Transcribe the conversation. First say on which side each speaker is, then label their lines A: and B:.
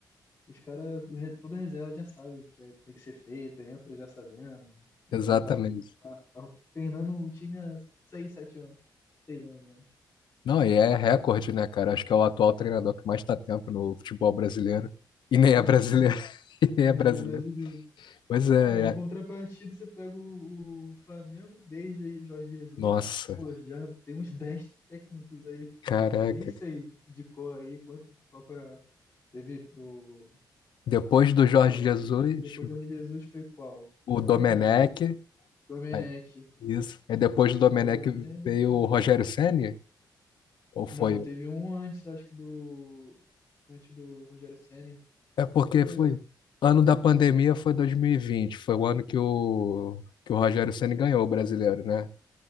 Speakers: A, on the left; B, on the left.
A: Os caras, toda reserva já sabe o que é- tem que ser feito, entra já sabendo. E
B: exatamente.
A: Tentar não treinar. Tava treinando o time há seis, sete anos. seis anos, né?
B: Não, e é recorde, né, cara? Acho que é o atual treinador que mais está tempo no futebol brasileiro. E nem
A: Ah,
B: é brasileiro.
A: sim.
B: <laughs> E nem
A: Nenê
B: é brasileiro.
A: é brasileiro.
B: Pois é,
A: Ah, em
B: é-
A: contrapartida, você pega o, o Flamengo, desde aí Jorge Jesus.
B: nossa,
A: Pô, já tem uns 10 técnicos aí
B: caraca.
A: nem sei de, de cor aí quanto qual que é- teve o
B: Depois do Jorge
A: qual que é o
B: Jesus,
A: nome depois de Jorge Jesus foi qual?
B: o
A: Agora
B: Domenech.
A: nem lembro. também. Domenech.
B: Aí, isso. Aí depois do Domenech
A: Foi Domenech.
B: veio o Rogério Ceni? Ou foi?
A: Não, teve um antes, acho que do antes do Rogério Ceni,
B: É porque
A: não foi?
B: foi. Ano da pandemia foi 2020. Foi o ano que o, que o Rogério Ceni ganhou o brasileiro, né?